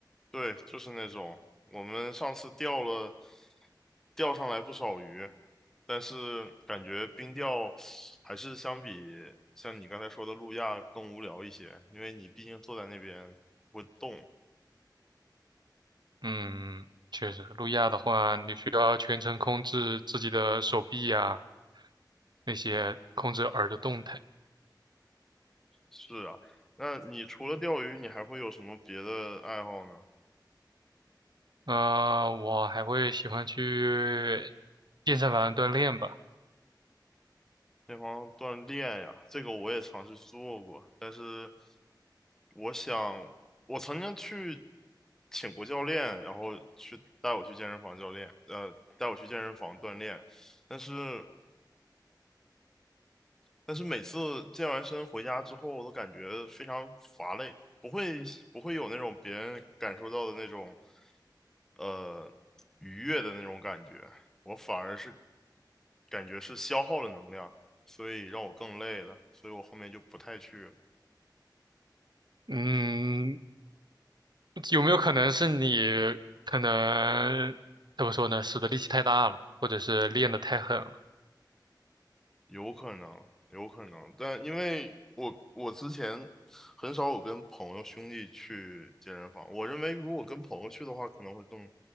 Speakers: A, in the centre; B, on the right (about 70°).
A: 对，就是那种我们上次钓了钓上来不少鱼，但是感觉冰钓还是相比像你刚才说的路亚更无聊一些，因为你毕竟坐在那边不动。
B: 嗯，确实，路亚的话，你需要全程控制自己的手臂呀、那些控制耳的动态。
A: 是啊，那你除了钓鱼，你还会有什么别的爱好呢？
B: 呃，我还会喜欢去健身房锻炼吧。
A: 那方锻炼呀，这个我也尝试去做过，但是我想，我曾经去请过教练，然后去带我去健身房教练，呃，带我去健身房锻炼，但是但是每次健完身回家之后，我都感觉非常乏累，不会不会有那种别人感受到的那种呃愉悦的那种感觉，我反而是感觉是消耗了能量，所以让我更累了，所以我后面就不太去了。
B: 嗯，有没有可能是你可能怎么说呢？使的力气太大了，或者是练得太狠了？
A: 有可能，有可能，但因为我我之前很少有跟朋友兄弟去健身房，我认为如果跟朋友去的话，可能会更